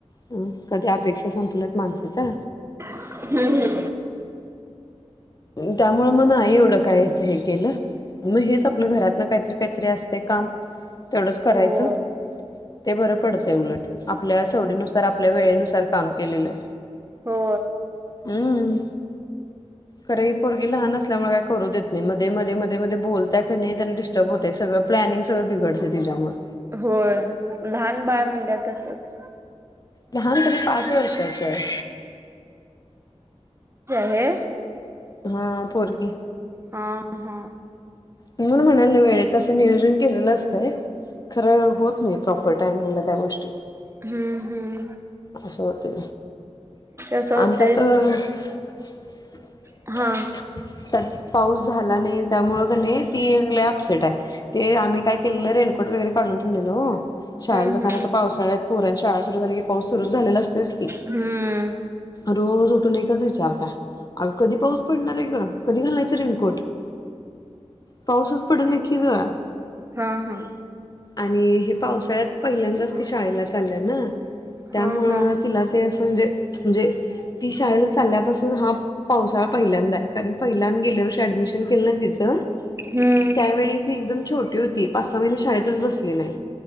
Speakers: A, on the left (about 35°); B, on the right (about 25°).
A: हम्म कधी अपेक्षा संपल्यात माणसाच्या
B: हम्म हम्
A: त्यामुळे मग नाही एवढं कायच हे केलं मग हेच आपलं घरातन काहीतरी काहीतरी असतंय काम तेवढंच करायचं
B: होय
A: ते बरं पडतंय उलट आपल्या सवडीनुसार आपल्या वेळेनुसार काम केलेलं.
B: हो
A: हम्म खरं ही पोरगी लहान असल्यामुळे काही करू देत नाही मध्ये मध्ये मध्ये मध्ये बोल त्या <inaudible> डस्टर्ब होतंय सगळं प्लानिंग सगळं बिघडतंय तिच्यामुळे
B: होय लहान बाळ म्हणल्यावर तसच
A: लहान तरी पाच वर्षाची हाय
B: <inaudible>
A: हा पोरगी
B: ह ह
A: म्हणून म्हणाल ना वेळेचं असं नियोजन केलेलं असतंय खरं होत नाही प्रॉपर टाइमिंगला त्या गोष्टी
B: हम्म हम्म
A: असं होतंय
B: कसं
A: ना
B: होते
A: <unintelligible>
B: हां
A: त्यात पाऊस झाला नाही त्यामुळं कि नाय ती लय अपसेट हाय ते आम्ही काय केलेलं रेनकोट वगैरे काढून ठेवलेलं हो शाळंला
B: हम्म
A: जाताना आता पावसाळ्यात पोरांची शाळा सुरू झाली की पाऊस सुरूच झालेला असतोयस की,
B: हम्म
A: रोज उठून एकच विचारता, अगं कधी पाऊस पडणार आहे ग? कधी घालायचा रेनकोट? पाऊसच पडे ना की गं.
B: हां हां
A: आणि हे पावसाळ्यात, पहिल्यांदाच ते शाळेला चाललाय नां. त्यामुळं
B: हा हा हा
A: तिला ते असं म्हणजे म्हणजे ती शाळेला चालल्यापासून, हा पावसाळा पहिल्यांदा आहे कारण पहिल्यान गेल्या वर्षी ॲडमिशन केलं ना तिचं
B: हम्म
A: त्यावेळी ते एकदम छोटी होती, पाच सहा महिने शाळेतच बसली नाही,